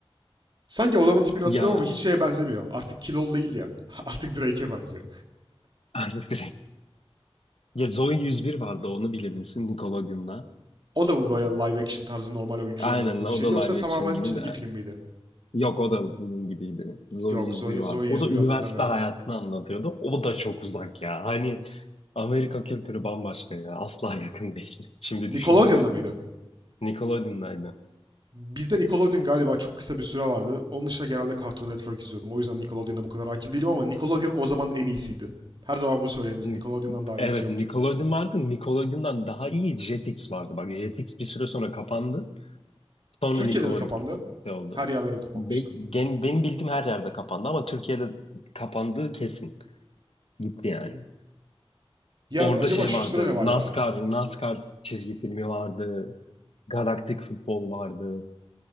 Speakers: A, on the right (about 50°); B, on the left (about 75°).
A: Sanki adamın tipini hatırlıyorum
B: Ya
A: ama hiç şeye benzemiyor. Artık kilolu değil ya. <laughs> Artık Drake'e benziyor.
B: <laughs> Artist Ya Zoey yüz bir vardı onu bilir misin Nickelodeon'da?
A: O da mı böyle live action tarzı normal oyuncudan
B: Aynen
A: oynadığı
B: o
A: bir şeydi
B: da
A: yoksa
B: live
A: tamamen
B: action gibi
A: çizgi
B: de.
A: film miydi?
B: Yok o da bunun gibiydi. Zoey
A: Yok
B: yüz
A: Zoe,
B: bir vardı.
A: Zoe 101
B: O da üniversite
A: hatırlamıyorum.
B: hayatını anlatıyordu. O da çok uzak ya. Hani Amerika kültürü bambaşka ya. Asla yakın değil. <laughs> Şimdi
A: Nickelodeon'da
B: düşününce.
A: mıydı?
B: Nickelodeon'daydı.
A: Bizde Nickelodeon galiba çok kısa bir süre vardı. Onun dışında genelde Cartoon Network izliyordum. O yüzden Nickelodeon'a bu kadar hakim değilim ama Nickelodeon o zaman en iyisiydi. Her zaman bu söylenir.
B: Ni-
A: Nickelodeon'dan daha
B: Evet
A: iyisi yoktu
B: Nickelodeon
A: diye.
B: vardı. Nickelodeon'dan daha iyi Jetix vardı. Bak Jetix bir süre sonra kapandı. Sonra
A: Türkiye'de
B: Nickelodeon
A: mi kapandı?
B: oldu.
A: Her yerde mi kapanmıştı?
B: Ben, gen- benim bildiğim her yerde kapandı ama Türkiye'de kapandığı kesin. Gitti yani.
A: Ya
B: Orada
A: acaba
B: şey
A: şu
B: vardı.
A: sıra ne var
B: NASCAR,
A: ya?
B: NASCAR çizgi filmi vardı. Galaktik futbol vardı.